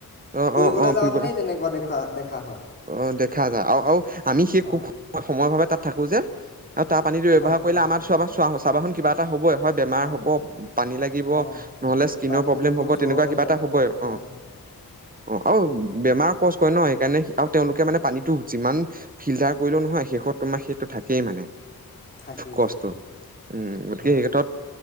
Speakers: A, on the right (about 25°); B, on the left (about 25°).
A: অ'-অ'-অ',
B: ফুৰিবলৈ যাওঁতেনেই
A: ফুৰিবলে
B: তেনেকুৱা দেখুৱা দেখা হয়
A: অ দেখা যায় আৰু আৰু আমি সেই
B: অ
A: খুব সময় ভাৱে তাত থাকো যে। আৰু তাৰ পানীটো
B: হয়
A: ব্যৱহাৰ
B: হয়
A: কৰিলে আমাৰ চোৱাৰ-চোৱা হৈছে। চাবাচোন কিবা এটা হবই। হয় বেমাৰ
B: অ
A: হ'ব পানী লাগিব
B: অ
A: নহলে স্কিনৰ
B: পানী
A: প্ৰব্লেম
B: লাগিব
A: হ'ব
B: জ্বৰ
A: তেনেকুৱা কিবা এটা হ'বই অ',
B: হয় হয়
A: অ' আৰু বেমাৰ কষ্ট কয় ন সেইকাৰণে আৰু তেওঁলোকে মানে পানীতটো যিমান ফিল্টাৰ কৰিলো নহয় শেষত তোমাৰ সেইটো থাকেই মানে।
B: থাকেই
A: কষ্ট
B: থাকেই
A: উম, গতিকে
B: হয়
A: সেই ক্ষেত্ৰত